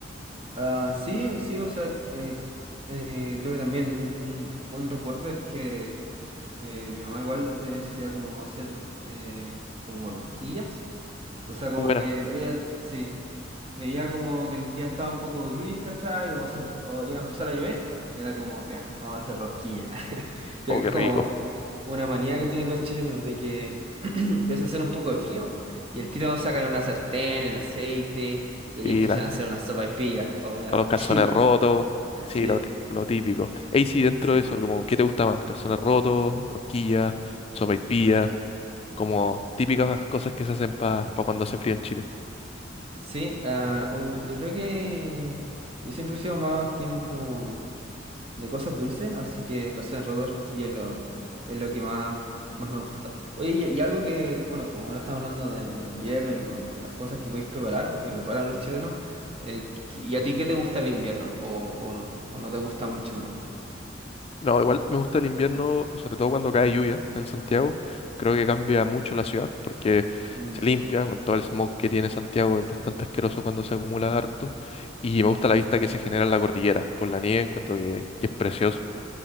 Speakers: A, on the right; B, on the left.
A: Ah, sí, sí, o sea, eh, eh, creo que también un, un buen recuerdo es que eh, mi mamá igual eh, solía como hacer eh, como rosquillas. O sea, como
B: Buenas,
A: que ella, sí. veía como que el día estaba un poco gris, ¿cachai? O, se- o iba a empezar a llover, y era como, ya, vamos a hacer rosquillas. <laughs> Creo
B: oh,
A: que
B: qué
A: es como
B: rico.
A: una manía que tienen los chilenos de que <clears throat> empieza a hacer un poco de frío y el tiro sacan una sartén, el aceite, y ahí
B: Y
A: empiezan
B: la-
A: a hacer una sopaipilla o una
B: los
A: rosquilla.
B: calzones rotos,
A: <laughs>
B: sí,
A: Sí,
B: lo, ti- lo típico. Ey, sí, dentro
A: sí.
B: de eso, como, ¿qué te gusta más? Calzones rotos, rosquillas, sopaipillas, como típicas cosas que se hacen para cuando hace frío en Chile.
A: Sí, ah, o yo creo que yo siempre he sido más team como de cosas dulces, así que calzones rotos, rosquillas es lo, es lo que más, más me gusta. Oye, y, y algo que, bueno, como ahora estamos hablando de- del invierno y con las cosas que podéis preparar o que preparan los chilenos, eh, ¿y a ti qué te gusta el invierno? ¿O, o, o no te gusta mucho, en verdad?
B: No, igual me gusta el invierno, sobre todo cuando cae lluvia en Santiago. Creo que cambia mucho la ciudad porque
A: Mm,
B: se limpia
A: sí,
B: con todo el smog que tiene Santiago, es bastante asqueroso cuando se acumula harto. Y me gusta la vista que se genera en la cordillera con la nieve, encuentro que, que es precioso.